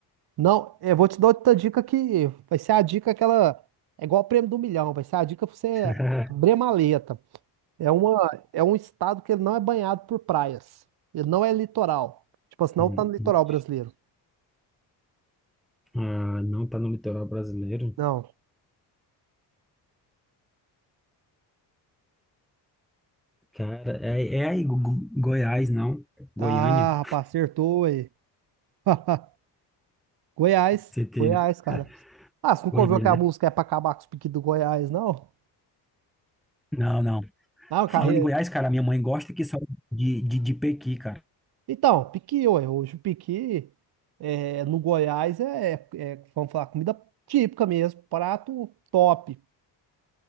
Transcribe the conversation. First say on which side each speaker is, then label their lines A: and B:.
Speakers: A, on the right (about 60°); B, in the centre.
A: Não, é, eu vou te dar outra dica que vai ser a dica aquela. É igual o prêmio do milhão, vai ser a dica pra você
B: <laughs>
A: abrir a maleta. É uma, é um estado que ele não é banhado por praias. Ele não é litoral. Tipo assim,
B: Hum,
A: não tá no litoral
B: hum.
A: brasileiro.
B: Ah, não tá no litoral brasileiro.
A: Não.
B: Cara, é, é aí, Go- Go- Goiás, não? Goiânia.
A: Ah, rapaz, acertou aí. <laughs> Goiás,
B: CT,
A: Goiás,
B: né?
A: cara.
B: <laughs>
A: Ah, você nunca
B: Goiânia,
A: ouviu que a música
B: né?
A: é pra acabar com os piques do Goiás, não?
B: Não, não.
A: Não, carreira.
B: Falando em Goiás, cara, minha mãe gosta que salada de, de, de pequi, cara.
A: Então, piqui, ué, hoje o piqui é, no Goiás é, é, é, vamos falar, comida típica mesmo, prato top.